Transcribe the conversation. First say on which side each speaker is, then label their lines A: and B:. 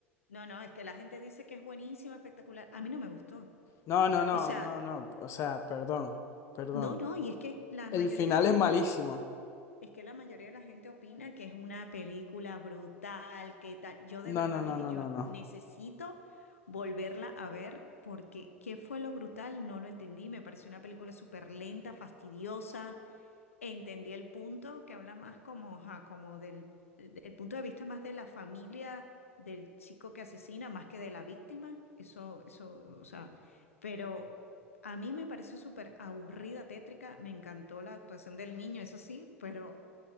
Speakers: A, on the left; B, on the left.
A: no, no, es que la gente dice que es buenísima, espectacular. A mí no me gustó.
B: No, no, no,
A: O sea,
B: no, no. O sea, perdón, perdón.
A: no, no, y es que la
B: El
A: mayoría
B: final
A: de la gente
B: es malísimo.
A: Es que la mayoría de la gente opina que es una película brutal, que tal. Yo
B: No,
A: de verdad
B: no, no,
A: dije,
B: no,
A: yo
B: no, no.
A: necesito volverla a ver porque ¿qué fue lo brutal? No lo entendí. Me pareció una película súper lenta, fastidiosa. Entendí el punto que habla más como, ajá, como del, del punto de vista más de la familia del chico que asesina, más que de la víctima. Eso, eso, o sea, pero a mí me pareció súper aburrida, tétrica, me encantó la actuación del niño, eso sí, pero